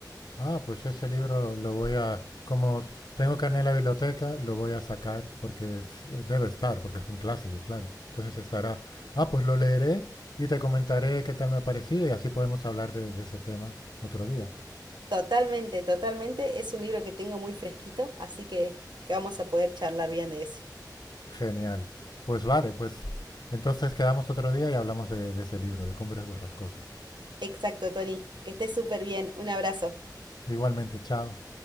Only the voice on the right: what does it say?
Totalmente, totalmente. Es un libro que tengo muy fresquito, así que, que vamos a poder charlar bien de ese.
Exacto, Tony. Que estés súper bien. Un abrazo.